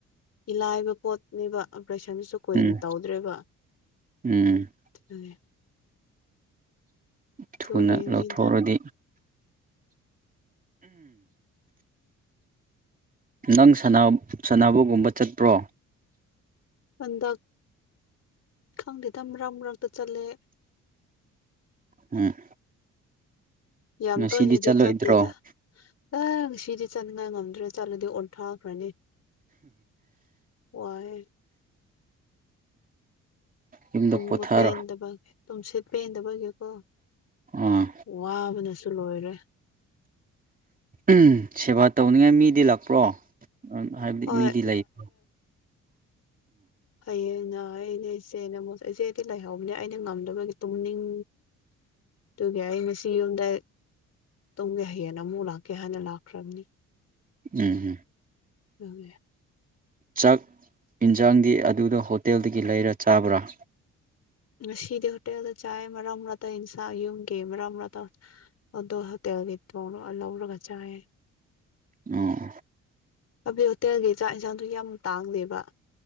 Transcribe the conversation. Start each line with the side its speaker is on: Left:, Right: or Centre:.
Left: ꯏꯂꯥꯏꯕ ꯄꯣꯠꯅꯦꯕ ꯑꯣꯄꯔꯦꯁꯟꯗꯨꯁꯨ ꯀꯨꯏꯅ
Right: ꯎꯝ
Left: ꯇꯧꯗ꯭ꯔꯦꯕ
Right: ꯎꯝ
Left: ꯎꯅꯦ
Right: ꯊꯨꯅ
Left: ꯑꯗꯨꯒꯤꯅꯤꯗ
Right: ꯂꯧꯊꯣꯛꯔꯗꯤ ꯅꯪ ꯁꯅꯥꯕꯨꯣꯒꯨꯝꯕ ꯆꯠꯄ꯭ꯔꯣ
Left: ꯄꯗ ꯈꯪꯗꯦꯗꯔꯛ ꯃꯔꯛꯇ ꯆꯠꯂꯦ
Right: ꯎꯝ
Left: ꯌꯥꯝ
Right: ꯉꯁꯤꯗꯤ
Left: ꯇꯣꯏꯅꯗꯤ
Right: ꯆꯠꯂꯣꯏꯗ꯭ꯔꯣ
Left: ꯆꯠꯇꯦꯗ ꯑꯪ ꯁꯤꯗꯤ ꯆꯠꯅꯤꯡꯉꯥꯏ ꯉꯝꯗ꯭ꯔꯦ ꯆꯠꯂꯗꯤ ꯑꯣꯟꯊꯥꯈ꯭ꯔꯅꯤ ꯋꯥꯏ
Right: ꯌꯨꯝꯗ
Left: ꯇꯨꯝꯕ
Right: ꯄꯣꯊꯥꯔꯣ
Left: ꯄꯦꯟꯗꯕꯒꯤ ꯇꯨꯝꯁꯤ ꯄꯦꯟꯗꯕꯒꯤꯀꯣ
Right: ꯑꯥ
Left: ꯋꯥꯕꯅꯁꯨ ꯂꯣꯏꯔꯦ
Right: ꯎ ꯁꯦꯕꯥ ꯇꯧꯅꯤꯡꯉꯥꯏ ꯃꯤꯗꯤ ꯂꯥꯛꯄ꯭ꯔꯣ ꯍꯥꯏꯕꯗꯤ
Left: ꯍꯣꯏ
Right: ꯃꯤꯗꯤ ꯂꯩꯣ
Left: ꯍꯌꯦꯅ ꯑꯩꯅꯦ ꯏꯆꯦꯅ ꯏꯆꯦ ꯑꯩꯗꯤ ꯂꯩꯍꯧꯕꯅꯦ ꯑꯩꯅ ꯉꯝꯗꯕꯒꯤ ꯇꯨꯝꯅꯤꯡ ꯑꯗꯨꯒꯤ ꯑꯩ ꯉꯁꯤ ꯌꯨꯝꯗ ꯇꯨꯡꯒꯤ ꯍꯌꯦꯡ ꯑꯃꯨꯛ ꯂꯥꯛꯀꯦ ꯍꯥꯏꯅ ꯂꯥꯛꯈ꯭ꯔꯕꯅꯤ
Right: ꯎꯝꯝ
Left: ꯑꯗ
Right: ꯆꯥꯛ ꯌꯦꯟꯁꯥꯡꯗꯤ ꯑꯗꯨꯗ ꯍꯣꯇꯦꯜꯗꯒꯤ ꯂꯩꯔ ꯆꯥꯕ꯭ꯔꯥ
Left: ꯁꯤꯗꯤ ꯍꯣꯇꯦꯜꯗ ꯆꯥ ꯃꯔꯔꯝꯔꯠꯇ ꯏꯟꯁꯥ ꯌꯨꯝꯒꯦ ꯃꯔꯔꯝꯔꯠꯇꯇꯦꯜ ꯒꯅ ꯑꯥꯎꯔꯒ ꯆꯌꯦ
Right: ꯑꯣ
Left: ꯍꯥꯏꯕꯗꯤ ꯍꯣꯇꯦꯜꯒꯤ ꯆꯥꯛ ꯏꯟꯁꯥꯡꯁꯨ ꯌꯥꯝ ꯇꯥꯡꯗꯦꯕ